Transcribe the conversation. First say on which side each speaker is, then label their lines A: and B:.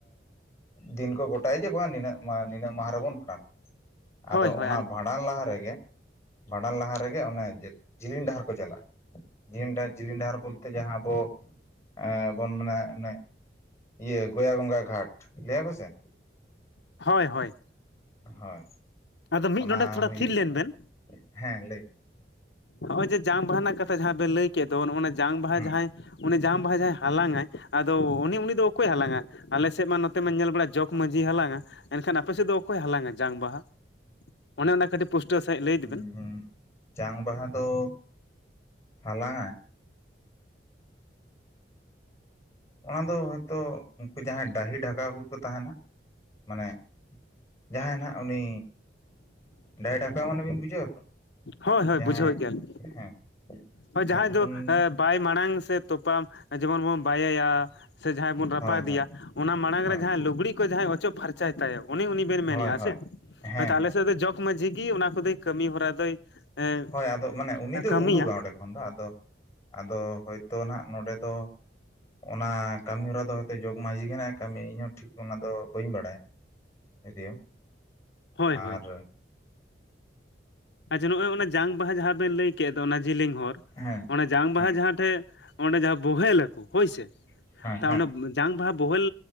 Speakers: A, on the left (about 15°); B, on the left (about 70°).
A: ᱫᱤᱱ ᱠᱚ ᱜᱚᱴᱟᱭᱟ ᱡᱮ ᱵᱟᱝᱼᱟ ᱱᱤᱱᱟᱹᱜ ᱱᱤᱱᱟᱹᱜ ᱢᱟᱦᱟ ᱨᱮᱵᱚᱱ ᱵᱷᱟᱸᱰᱟᱱᱚᱜᱼᱟ, ᱟᱫᱚ
B: ᱦᱳᱭ ᱦᱳᱭ
A: ᱚᱱᱟ ᱵᱷᱟᱸᱰ ᱵᱷᱟᱸᱰᱟᱱ ᱞᱟᱦᱟ ᱨᱮᱜᱮ ᱵᱷᱟᱸᱰᱟᱱ ᱞᱟᱦᱟ ᱨᱮᱜᱮ ᱵᱷᱟᱸᱰᱟᱱ ᱞᱟᱦᱟ ᱨᱮᱜᱮ ᱚᱱᱮ ᱡᱤᱞᱤᱧ ᱰᱟᱦᱟᱨ ᱠᱚ, ᱪᱟᱞᱟᱜᱼᱟ ᱡᱤᱞᱤᱧ ᱰᱟᱦᱟᱨ ᱡᱤᱞᱤᱧ ᱰᱟᱦᱟᱨ ᱵᱚᱞᱛᱮ ᱡᱟᱦᱟᱸ ᱟᱵᱚ, ᱮᱸ ᱵᱚᱱ ᱢᱟᱱᱮ, ᱢᱟᱱᱮ ᱤᱭᱟᱹ ᱜᱚᱭᱟ ᱜᱚᱝᱜᱟ ᱜᱷᱟᱴ ᱞᱟᱹᱭ ᱟᱠᱚ ᱥᱮ,
B: ᱦᱳᱭ ᱦᱳᱭ
A: ᱦᱳᱭ
B: ᱟᱫᱚ ᱢᱤᱫ
A: ᱚᱱᱟ
B: ᱱᱚᱸᱰᱮᱠ ᱛᱷᱚᱲᱟ
A: ᱦᱩᱭᱩᱜ
B: ᱛᱷᱤᱨ ᱞᱮᱱ ᱵᱮᱱ,
A: ᱦᱮᱸ ᱞᱟᱹᱭ ᱵᱤᱱ
B: ᱱᱚᱜᱼᱚᱭ ᱡᱮ ᱡᱟᱝ ᱵᱟᱦᱟ ᱨᱮᱱᱟᱜ ᱠᱟᱛᱷᱟ ᱡᱟᱦᱟᱸ ᱵᱮᱱ ᱞᱟᱹᱭ ᱠᱮᱫ ᱫᱚ ᱱᱚᱜ- ᱱᱟ ᱡᱟᱝ ᱵᱟᱦᱟ
A: ᱦᱩᱸ
B: ᱡᱟᱦᱟᱸᱭ ᱩᱱᱤ ᱡᱟᱝ ᱵᱟᱦᱟ ᱡᱟᱦᱟᱸᱭ ᱦᱟᱞᱟᱝᱟᱭ, ᱟᱫᱚ ᱩᱱᱤ ᱩᱱᱤ ᱫᱚ ᱚᱠᱚᱭᱮ ᱦᱟᱞᱟᱝᱟ ᱟᱞᱮ ᱥᱮᱫ ᱢᱟ ᱱᱚᱛᱮ ᱢᱟ ᱧᱮᱞ ᱵᱟᱲᱟ ᱡᱚᱜ ᱢᱟᱺᱡᱷᱤᱭ ᱦᱟᱞᱟᱝᱼᱟ ᱮᱱᱠᱷᱟᱱ ᱟᱯᱮ ᱥᱮᱫ ᱫᱚ ᱚᱠᱚᱭ ᱦᱟᱞᱟᱝᱼᱟ ᱡᱟᱝ ᱵᱟᱦᱟ, ᱚᱱᱮ ᱚᱱᱟ ᱠᱟᱹᱴᱤᱡ ᱯᱩᱴᱟᱹᱣ ᱥᱟᱦᱤᱡ ᱞᱟᱹᱭ
A: ᱦᱩᱸ
B: ᱤᱫᱤᱵᱤᱱ,
A: ᱡᱟᱝ ᱵᱟᱦᱟ ᱫᱚ ᱦᱟᱞᱟᱝᱼᱟᱭ, ᱚᱱᱟ ᱫᱚ ᱦᱳᱭᱛᱳ ᱩᱱᱠᱩ ᱡᱟᱦᱟᱸᱭ ᱰᱟᱹᱦᱤ ᱰᱷᱟᱠᱟ ᱠᱚᱠᱚ ᱛᱟᱦᱮᱸᱱᱟ ᱢᱟᱱᱮ, ᱡᱟᱦᱟᱸᱭ ᱱᱷᱟᱜ ᱩᱱᱤ ᱰᱟᱹᱦᱤ ᱰᱷᱟᱠᱟ ᱢᱟᱱᱮ ᱵᱤᱱ ᱵᱩᱡᱷᱟᱹᱣᱼᱫᱟ ᱛᱚ
B: ᱦᱳᱭ ᱦᱳᱭ
A: ᱡᱟᱦᱟᱸᱭ
B: ᱵᱩᱡᱷᱟᱹᱣᱮᱫ ᱜᱮᱭᱟ ᱞᱤᱧ
A: ᱦᱮᱸ
B: ᱦᱳᱭ
A: ᱦᱮᱸ
B: ᱡᱟᱦᱟᱸᱭ ᱫᱚ
A: ᱩᱱ
B: ᱮᱸ ᱵᱟᱭ ᱢᱟᱲᱟᱝ ᱥᱮ ᱛᱚᱯᱟ ᱡᱮᱢᱚᱱ ᱵᱚᱱ ᱵᱟᱭᱮᱭᱟ ᱥᱮ ᱡᱟᱦᱟᱸᱭ ᱵᱚᱱ ᱨᱟᱯᱟᱜ
A: ᱦᱳᱭ ᱦᱳᱭ
B: ᱜᱮᱭᱟ, ᱚᱱᱟ ᱢᱟᱲᱟᱝ
A: ᱦᱳᱭ
B: ᱨᱮ ᱡᱟᱦᱟᱸᱭ ᱞᱩᱜᱽᱲᱤ ᱠᱚ ᱡᱟᱦᱟᱸᱭ ᱚᱪᱚᱜ ᱯᱷᱟᱨᱪᱟᱭ ᱛᱟᱭᱟ ᱩᱱᱤ ᱩᱱᱤ, ᱵᱮᱱ ᱢᱮᱱᱮᱜᱼᱟ
A: ᱦᱳᱭ
B: ᱦᱮᱸ
A: ᱦᱳᱭ
B: ᱥᱮ
A: ᱦᱮᱸ ᱦᱮᱸ
B: ᱦᱳᱭᱛᱚ ᱟᱞᱮᱥᱮᱫ ᱫᱚ ᱡᱚᱜᱽ ᱢᱟᱡᱷᱤ ᱜᱮ ᱚᱱᱟ ᱠᱚᱫᱚᱭ ᱠᱟᱹᱢᱤ ᱦᱚᱨᱟ ᱫᱚᱭ ᱮᱸ
A: ᱦᱳᱭ ᱟᱫᱚ ᱢᱟᱱᱮ ᱩᱱᱤ ᱫᱚᱭ
B: ᱠᱟᱹᱢᱤᱭᱟ
A: ᱩᱰᱩᱠᱟ ᱚᱸᱰᱮ ᱠᱷᱚᱱ ᱫᱚ ᱟᱫᱚ ᱟᱫᱚ ᱦᱳᱭᱛᱚ ᱱᱟᱜ ᱱᱚᱰᱮ ᱫᱚ, ᱚᱱᱟ ᱠᱟᱹᱢᱤᱦᱚᱨᱟ ᱫᱚ ᱦᱚᱭᱛᱚ ᱡᱚᱜᱽ ᱢᱟᱹᱡᱷᱤ ᱱᱟᱜ ᱠᱟᱹᱢᱤᱭᱟ ᱤᱧᱦᱚᱸ ᱴᱷᱤᱠ ᱚᱱᱟ ᱫᱚ ᱵᱟᱹᱧ ᱵᱟᱲᱟᱭᱟ, ᱤᱫᱤᱭᱟ
B: ᱦᱳᱭ ᱦᱳᱭ
A: ᱟᱨ
B: ᱟᱪᱪᱷᱟ ᱱᱚᱜᱚᱭ ᱚᱱᱟ ᱡᱟᱝ ᱵᱟᱦᱟ ᱡᱟᱦᱟᱸ ᱵᱮᱱ ᱞᱟᱹᱭ ᱠᱮᱫ ᱫᱚ ᱚᱱᱟ ᱡᱮᱞᱮᱧ ᱦᱚᱨ
A: ᱦᱮᱸ
B: ᱚᱱᱟ, ᱡᱟᱝ
A: ᱦᱮᱸ
B: ᱵᱟᱦᱟ ᱡᱟᱦᱟᱸ ᱴᱷᱮᱡ ᱚᱸᱰᱮ ᱡᱟᱦᱟᱸ ᱵᱚᱦᱮᱞ ᱟᱠᱚ ᱦᱳᱭᱥᱮ
A: ᱦᱮᱸ
B: ᱛᱚ ᱚᱱᱰᱮ ᱡᱟᱝ ᱵᱟᱦᱟ ᱵᱳᱦᱮᱞ,